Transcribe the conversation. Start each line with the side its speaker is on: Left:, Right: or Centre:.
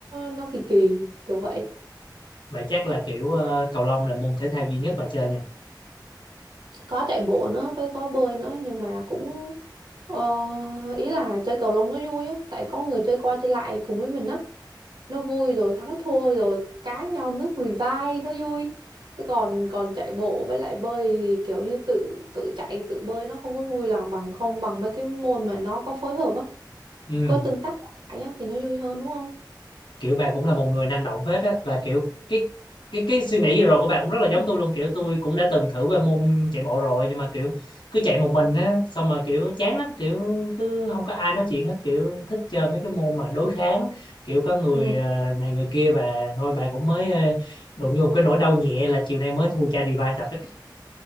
Right: nó kỳ kỳ kiểu vậy.
Left: vậy chắc là kiểu ờ, cầu lông là môn thể thao duy nhất bà chơi nha
Right: Có chạy bộ nữa với có bơi nữa nhưng mà cũng ờ, ý là chơi cầu lông nó vui á, tại có người chơi qua chơi lại cùng với mình á. nó vui rồi thắng thua rồi cá nhau nước revive nó vui Thế còn còn chạy bộ với lại bơi thì kiểu như tự tự chạy tự bơi nó không có vui lòng bằng không bằng mấy cái môn mà nó có phối hợp á
Left: ừ
Right: có tương tác qua lại á thì nó vui hơn đúng không
Left: kiểu bà cũng là một người năng động phết á và kiểu cái cái cái suy nghĩ vừa rồi của bà cũng rất là giống tôi luôn kiểu tôi cũng đã từng thử qua môn chạy bộ rồi nhưng mà kiểu cứ chạy một mình á xong mà kiểu chán lắm kiểu cứ không có ai nói chuyện hết kiểu thích chơi mấy cái môn mà đối kháng kiểu có người
Right: ừ.
Left: à, này người kia và thôi bà cũng mới à, đụng vô một cái nỗi đau nhẹ là chiều nay mới thua cha revive thật á.